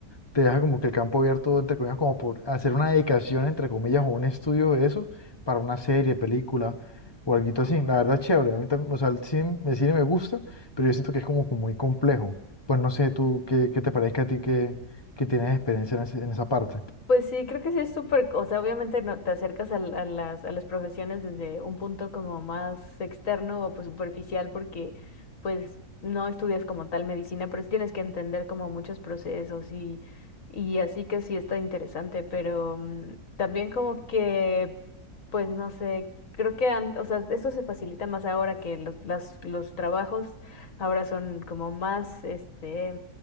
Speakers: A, on the left; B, on the left.
A: te deja como que el campo abierto, entre comillas, como por hacer una dedicación, entre comillas, o un estudio de eso para una serie, película o algo así. La verdad es chévere, a mí también, o sea, el cine, el cine me gusta, pero yo siento que es como, como muy complejo. Pues no sé, tú, ¿qué, qué te parezca a ti que, que tienes experiencia en, ese- en esa parte?
B: Pues sí, creo que sí es súper, o sea, obviamente no te acercas al- a, las, a las profesiones desde un punto como más externo o pues superficial porque pues no estudias como tal medicina, pero sí tienes que entender como muchos procesos y, y así que sí está interesante, pero mm, también como que, pues no sé, creo que, an- o sea, esto se facilita más ahora que los, las, los trabajos ahora son como más, este